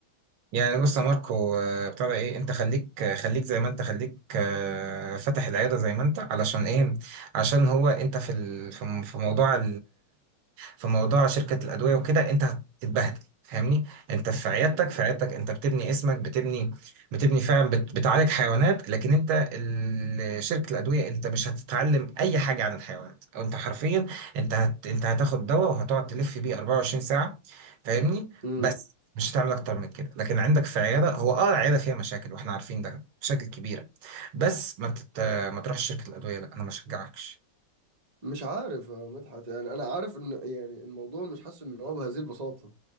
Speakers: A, on the right; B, on the right.
A: يعني بص يا ماركو آه، ابتدى ايه انت خليك آه، خليك زي ما انت خليك آه، فاتح العياده زي ما انت علشان ايه عشان هو انت في ال- في م- في موضوع في موضوع شركة الأدوية وكده أنت هتتبهدل فاهمني أنت في عيادتك
B: مم.
A: في عيادتك أنت بتبني اسمك بتبني بتبني فعلا بت- بتعالج حيوانات لكن أنت ال- شركة الأدوية أنت مش هتتعلم أي حاجة عن الحيوانات أو أنت حرفيا أنت هت... أنت هتاخد دواء وهتقعد تلف بيه 24 ساعة فاهمني
B: امم
A: بس مش هتعمل أكتر من كده لكن عندك في عيادة هو أه العيادة فيها مشاكل وإحنا عارفين ده مشاكل كبيرة بس ما تت... ما تروحش شركة الأدوية لا أنا ما أشجعكش
B: مش عارف يا مدحت يعني انا عارف ان يعني الموضوع مش حاسس ان هو بهذه البساطه